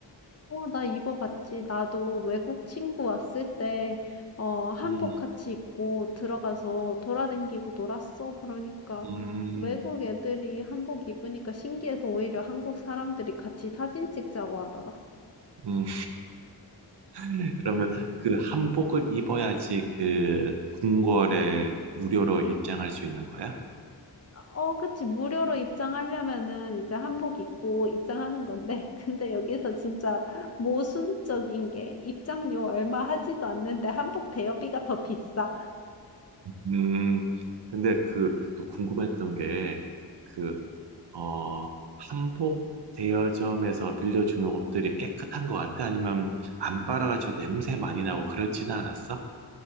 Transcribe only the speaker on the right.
음.
음,
음. <laughs> 그러면 그 한복을 입어야지 그 궁궐에 무료로 입장할 수 있는 거야?
음, 근데 그 또 궁금했던 게 그, 어, 한복 대여점에서 빌려주는 옷들이 깨끗한 것 같아? 아니면 안 빨아가지고 냄새 많이 나고 그렇지는 않았어?